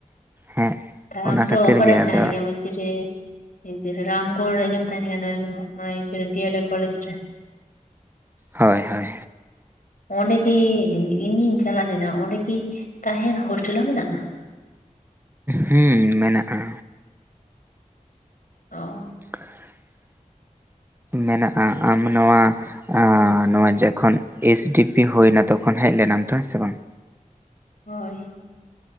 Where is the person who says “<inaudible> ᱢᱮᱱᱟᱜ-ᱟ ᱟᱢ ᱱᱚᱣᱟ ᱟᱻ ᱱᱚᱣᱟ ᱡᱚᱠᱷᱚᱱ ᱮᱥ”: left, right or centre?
Right